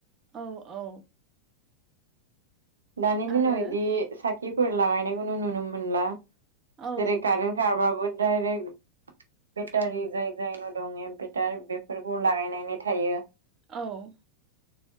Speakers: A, on the right (about 30°); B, on the right (about 70°).
A: औ औ
B: दानि दिनाव
A: आरो
B: बिदि साखिफोर लागायनायखौनो नुनो मोनला जेरै
A: औ
B: कारेन्ट खारबाबो डायरेक्ट बेटारि जाय जायन' दं इमबेटार बेफोरखौ लागायनानै थायो
A: औ